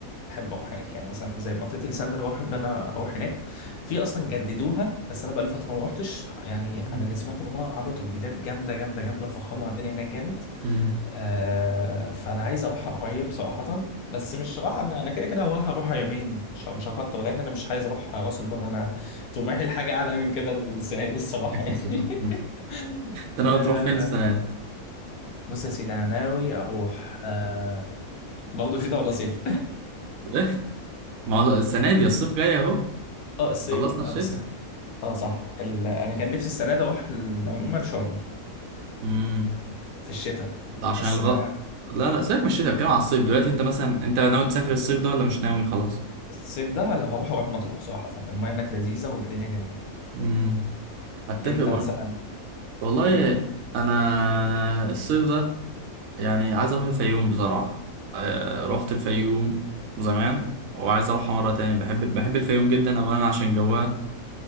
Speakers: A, on the left; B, on the right.
A: بحب اروح هناك يعني مثلا زي منطقه اليسان ده انا بحب انا اروح هناك في اصلا جددوها بس انا بقى لي فتره ما روحتش يعني انا
B: مم.
A: اللي سمعت ان هم عملوا تجديدات جامده جامده جامده وفخموا على الدنيا هناك جامد
B: مم.
A: آه فانا عايز اروح قريب صراحه بس مش راح انا انا كده كده هروح اروح يومين مش مش هكتر لان انا مش عايز اروح راس البر انا طموحي لحاجه اعلى من كده السنه دي الصراحه
B: <laughs>
A: يعني <laughs>
B: ده انا
A: آه
B: تروح فين السنة دي
A: بص يا سيدي انا ناوي اروح آه برضه شتاء ولا صيف
B: <laughs> ما هو السنة دي الصيف جاي اهو
A: <laughs> اه الصيف
B: خلصنا
A: آه،
B: الشتاء
A: بص اه صح ال... انا كان نفسي السنه دي اروح ال- عموما شرم
B: امم
A: في الشتاء
B: ده عشان
A: بس
B: الغ
A: ما
B: لا لا سيبك من الشتاء بتكلم على الصيف دلوقتي انت مثلا انت ناوي تسافر الصيف ده ولا مش ناوي خلاص
A: الصيف ده لو هروح اروح مطروح صراحه المياه هناك لذيذه والدنيا جميله
B: امم اتفق
A: انت
B: برضه
A: مثلا
B: والله انا الصيف ده يعني عايز اروح الفيوم بصراحة آه، رحت الفيوم زمان وعايز اروحها مرة تاني بحب بحب الفيوم جدا اولا عشان جوها